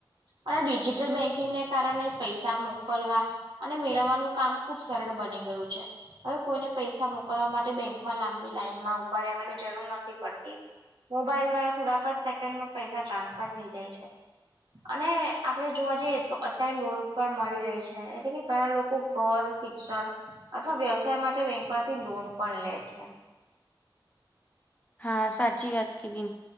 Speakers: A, on the right; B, on the left.
A: અને ડિજિટલ બેન્કિંગને કારણે પૈસા મોકલવા અને મેળવવાનું કામ ખુબ સરળ બની ગયું છે. હવે કોઈને પૈસા મોકલવા માટે બેંકમાં લાંબી લાઈન માં ઉભા રહેવાની જરૂર નથી પડતી મોબાઈલ દ્વારા થોડાક જ સેકન્ડમાં પૈસા ટ્રાન્સફર થઈ જાય છે. અને આપડે જોવા જઈએ તો અત્યારે લોન પણ મળી રહી છે એટલે કે ઘણા લોકો ઘર શિક્ષણ અથવા વ્યવસાય માટે બેંક માંથી લોન પણ લે છે.
B: હા સાચી વાત કીધી